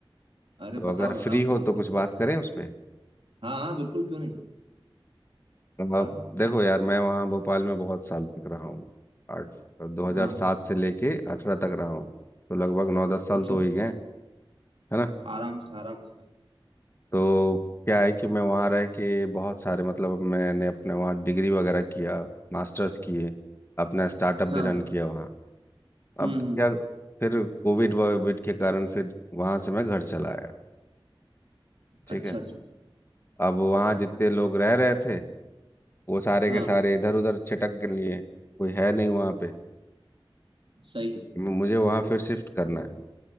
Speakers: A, on the right; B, on the left.
A: अरे
B: तो
A: बताओ
B: अगर
A: बताओ
B: फ्री
A: भाई
B: हो
A: बिल्कुल
B: तो कुछ बात करें उस पे
A: हाँ हाँ बिल्कुल क्यों नहीं बताओ
B: आप देखो यार मैं वहाँ भोपाल में बहुत साल तक रहा हूँ आठ 2007
A: हाँ
B: से लेके अठारह तक रहा हूँ तो लगभग नौ दस साल
A: अच्छा
B: तो हो
A: अच्छा
B: ही गए है ना
A: आराम से आराम से भाई
B: तो क्या है कि मैं वहाँ रह के बहुत सारे मतलब मैंने अपने वहाँ डिग्री वगैरह किया मास्टर्स किए अपना स्टार्टअप
A: हाँ
B: भी रन किया वहाँ अब
A: हम्म हम्म
B: क्या फिर कोविड वोविड के कारण फिर वहाँ से मैं घर चला आया ठीक
A: अच्छा
B: है
A: अच्छा
B: अब वहाँ जितने लोग रह रहे थे वो सारे
A: हाँ
B: के सारे इधर उधर छिटक लिए कोई है नहीं वहाँ पे
A: सही है
B: म- मुझे वहां फिर शिफ्ट करना है